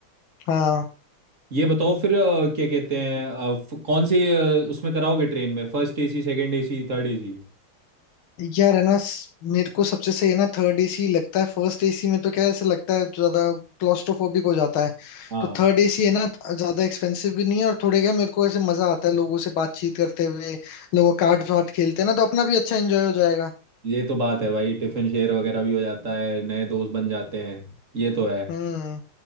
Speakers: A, on the left (about 70°); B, on the right (about 35°).
A: हाँ
B: ये बताओ फिर अ, क्या कहते हैं अ, फ- कौन सी अ, उसमें कराओगे ट्रेन में first AC second AC third AC
A: यार है ना स- मेरे को सबसे सही है ना थर्ड एसी लगता है फर्स्ट एसी में तो क्या है, ऐसे लगता है ज्यादा क्लॉस्ट्रोफोबिक हो जाता है
B: हाँ
A: तो थर्ड एसी है ना ज्यादा एक्सपेंसिव भी नहीं है और थोड़े क्या मेरे को ऐसे मजा आता है लोगों से बातचीत करते हुए लोग कार्ड वार्ड खेलते हैं ना तो अपना भी अच्छा एंजॉय हो जाएगा
B: ये तो बात है भाई टिफिन शेयर वगैरह भी हो जाता है नए दोस्त बन जाते हैं ये तो है
A: हम्म